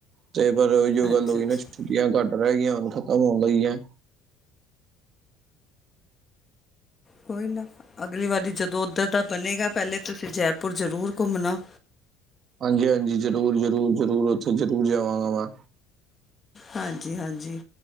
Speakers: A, on the right; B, on the left.
A: ਤੇ ਪਰ ਓਇਓ
B: ਅੱਛਾ
A: ਗੱਲ ਹੋ ਗੀ
B: ਅੱਛਾ
A: ਨਾ ਛੁੱਟੀਆਂ ਘੱਟ ਰੇਹ ਗਈਆਂ ਹੁਣ ਖ਼ਤਮ ਹੋਣ ਲਗੀਐ।
B: ਕੋਈ ਨਾ ਅਗਲੀ ਵਾਰੀ ਜਦੋਂ ਉੱਧਰ ਦਾ ਬਣੇਗਾ ਪੈਲੇ ਤੁਸੀਂ ਜੈਪੁਰ ਜ਼ਰੂਰ ਘੁੰਮਣਾ।
A: ਹਾਂਜੀ-ਹਾਂਜੀ ਜ਼ਰੂਰ-ਜ਼ਰੂਰ, ਜ਼ਰੂਰ ਉੱਥੇ ਜ਼ਰੂਰ ਜਾਵਾਂਗਾ ਮੈਂ।
B: ਹਾਂਜੀ-ਹਾਂਜੀ